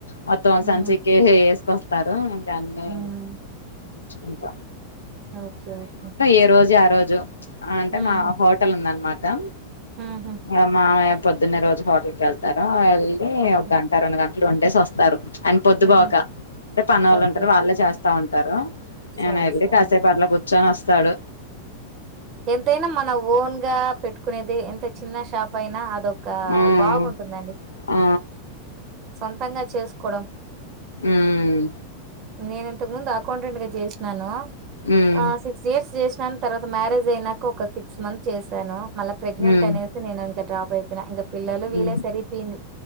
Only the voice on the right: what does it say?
ఉమ్
ఉమ్
ఓకే ఓకే
ఉమ్
ఉహు
ఓకే
ఉహు
ఓకే
సరే
సరే
ఎంతైనా మన ఓన్ గా పెట్టు కునేది ఎంత చిన్న షాప్ పోయినా అదొ ఒక
బాగుంటుందండి
సొంతంగా చేసుకోవడం
నేను ఇంతకు ముందు అకౌంటెంట్ గా చేసినాను
ఆ సిక్స్ డేస్ చేసినాను తర్వాత మ్యారేజ్ అయినాక ఒక సిక్స్ మంత్ చేశాను మళ్ళా ప్రెగ్నెంట్
అనేసి నేను ఇంకా డ్రాప్ అయిపోయినా ఇంకా పిల్లలు
వీలే సరిపోయింది